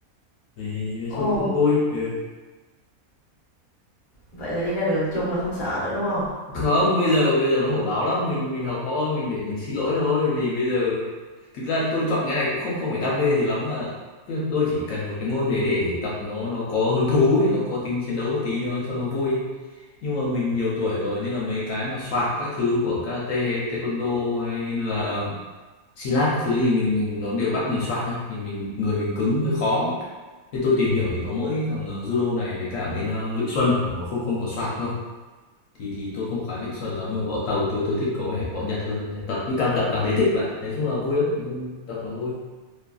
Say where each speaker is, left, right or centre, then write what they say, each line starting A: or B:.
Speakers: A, on the left (about 70°); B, on the left (about 35°).
A: thì nói chung
B: ồ
A: cũng vui ừ.
B: vậy là đi ra đường chung là không sợ nữa đúng không
A: không bây giờ bây giờ nó hổ báo lắm mình mình học võ mình để mình xin lỗi thôi vì bây giờ thực ra tôi chọn cái này cũng không không phải đam mê gì lắm mà Tức là tôi chỉ cần một cái môn gì đấy để để tập nó nó có hứng thú ấy, nó có tính chiến đấu một tí nó cho nó vui nhưng mà mình nhiều tuổi rồi nên là mấy cái mà soạt các thứ của karate hay taekwondo hay là xi lát các thứ thì mình mình nó đều bắt mình xoạc ấy thì mình người mình cứng hơi khó thế tôi tìm hiểu thì có mỗi thằng ờ, judo này với cả bên ờ, Vịnh Xuân là nó không không có xoạc thôi thì thì tôi không khoái Vịnh Xuân lắm mà võ tàu tôi tôi thích có vẻ võ Nhật hơn Nên tập nhưng càng tập càng thấy thích bạn nói chung là vui lắm nói chung tập nó vui